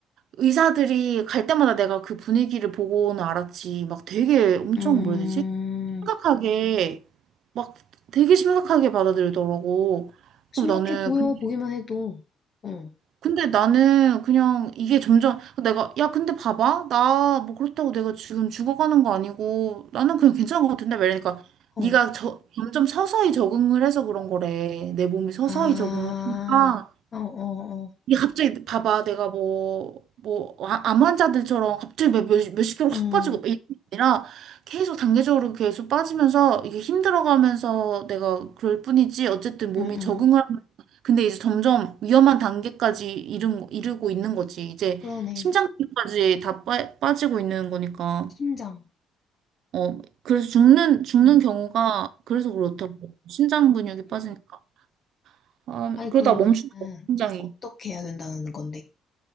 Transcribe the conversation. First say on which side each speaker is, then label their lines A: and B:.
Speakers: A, on the right; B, on the left.
A: 의사들이 갈 때마다 내가 그 분위기를 보고는 알았지. 막 되게 엄청
B: 음.
A: 뭐라 해야 되지? 심각하게 막 되게 심각하게 받아들이더라고.
B: 심각해
A: 그럼 나는
B: 보여,
A: 그-
B: 보기만 해도. 어,
A: 근데 나는 그냥 이게 점점 내가 야 근데 봐봐 나 뭐 그렇다고 내가 지금 죽어가는 거 아니고 나는 그냥 괜찮은 거 같은데 말이니까
B: 어.
A: 네가 저, 점점 서서히 적응을 해서 그런 거래 내 몸이 서서히
B: 아,
A: 적응을 하니까
B: 어, 어, 어.
A: 이게 갑자기 봐봐 내가 뭐 뭐암 환자들처럼 갑자기 몇, 몇, 몇십 킬로
B: 음,
A: 확 빠지고 이게 아니라 계속 단계적으로 계속 빠지면서 이게 힘들어가면서 내가 그럴 뿐이지 어쨌든 몸이
B: 음, 음.
A: 적응을 하면 근데 이제 점점 위험한 단계까지 이른, 이르고 있는 거지 이제
B: 그러네.
A: 심장까지 다 빠, 빠지고 있는 거니까
B: 심장.
A: 어 그래서 죽는 죽는
B: 음.
A: 경우가 그래서 그렇다고 심장
B: <gasps>
A: 근육이 빠지니까 아
B: 아니,
A: 그러다
B: 그러면은,
A: 멈춘다 심장이
B: 어떻게 해야 된다는 건데?